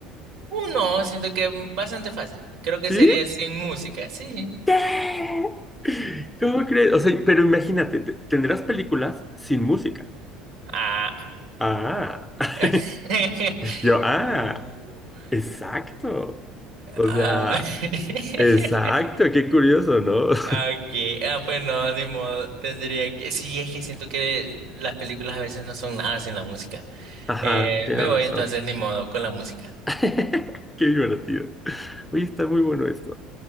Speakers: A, on the right; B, in the centre.
A: Uh, no, siento que bastante fácil. Creo que
B: ¿Sí?
A: sería sin música, sí.
B: ¡Sí! ¿Cómo crees? O sea, pero imagínate, te- tendrás películas sin música.
A: Ah.
B: Ah. <laughs>
A: <laughs>
B: Yo, ah.
A: Uh.
B: Exacto. O
A: Ah.
B: sea,
A: <laughs>
B: exacto, qué curioso, ¿no? <laughs>
A: Okay. Ah, pues no, ni modo. Tendría que. Sí, es que siento que las películas a veces no son nada sin la música.
B: Ajá,
A: Eh,
B: tienes
A: me voy
B: razón.
A: entonces, ni modo, con la música.
B: <laughs> Qué divertido. Oye, está muy bueno esto.